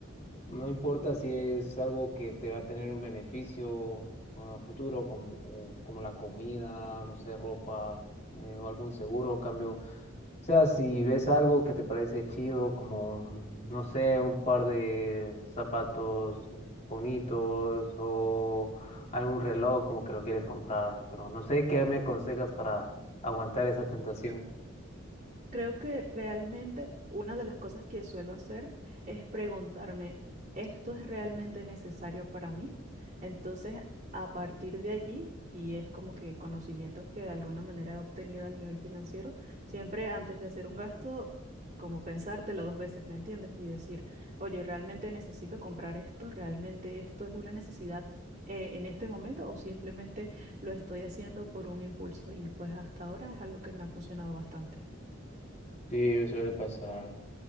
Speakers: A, on the left; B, on the right.
A: no importa si es algo que te va a tener un beneficio a futuro, como, o- como la comida, no sé, ropa, eh, o algún seguro, cambio. O sea, si ves algo que te parece chido, como, no sé, un par de zapatos bonitos o algún reloj, como que lo quieres comprar, pero no sé qué me aconsejas para aguantar esa tentación.
B: Creo que realmente una de las cosas que suelo hacer es preguntarme, ¿esto es realmente necesario para mí? Entonces, a partir de allí, y es como que conocimientos que de alguna manera he obtenido a nivel financiero, siempre antes de hacer un gasto, como pensártelo dos veces, ¿me entiendes? Y decir, oye, ¿realmente necesito comprar esto? ¿Realmente esto es una necesidad eh, en este momento o simplemente lo estoy haciendo por un impulso? Y pues hasta ahora es algo que me ha funcionado bastante.
A: Sí, suele pasar.